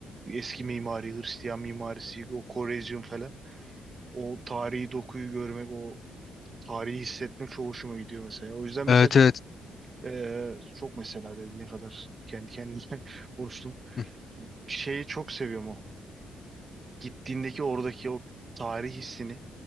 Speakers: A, on the right (about 35°); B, on the left (about 45°).
A: eski mimari, Hristiyan mimarisi, o Korezyum falan. O tarihi dokuyu görmek, o tarihi hissetmek çok hoşuma gidiyor mesela. O yüzden mesela
B: Evet, evet, evet.
A: eee, çok mesela dedim ne kadar kendi kendime <laughs> konuştum.
B: Hı,
A: Şeyi çok seviyorum o. Gittiğindeki oradaki o tarih hissini